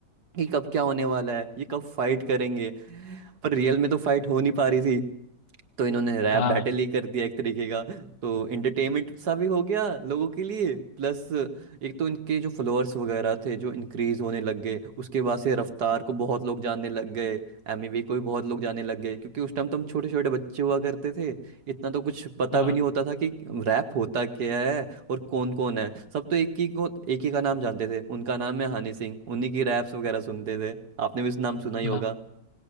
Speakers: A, on the right (about 60°); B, on the left (about 70°).
A: कि कब क्या होने वाला है ये कब फाइट करेंगे पर रियल में तो फाइट हो नहीं पा रही तो इन्होंने रैप
B: हाँ
A: बैटल ही कर दिया एक तरीके का तो एंटरटेनमेंट सा भी हो गया लोगों के लिए प्लस एक तो इनके जो फॉलोअर्स वगैरह थे जो इंक्रीज होने लग गए उसके बाद से रफ्तार को बहुत लोग जानने लग गए एमी वे को भी बहुत लोग जानने लग गए क्योंकि उस टाइम तो हम छोटे छोटे बच्चे हुआ करते थे इतना तो कुछ पता
B: हाँ
A: भी नहीं होता था कि रैप होता क्या है और कौन कौन है सब तो एक ही को एक ही का नाम जानते थे उनका नाम है हनी सिंह उन्हीं की रैप्स वगैरह सुनते थे आपने भी उस नाम सुना ही होगा
B: हाँ